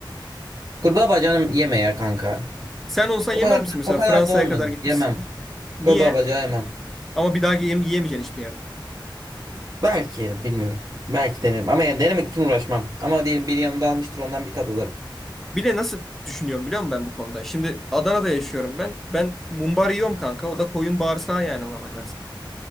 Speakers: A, on the right; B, in the centre.
A: Kurbağa bacağını yeme ya kanka.
B: Sen olsan
A: O
B: yemez
A: kadar da,
B: misin mesela
A: o kadar
B: Fransa'ya
A: da olmadı.
B: kadar gitmişsin.
A: Yemem.
B: Niye?
A: Kurbağa bacağı yemem.
B: Ama bir daha yem yiyemeyeceksin hiçbir yerde.
A: Belki yerim bilmiyorum. Belki denerim. Ama yani denemek için uğraşmam. Ama diyelim biri yanımda almıştır ondan bir tat alırım.
B: Bir de nasıl düşünüyorum biliyor musun ben bu konuda? Şimdi Adana'da yaşıyorum ben. Ben mumbar yiyorum kanka. O da koyun bağırsağı yani ona bakarsan.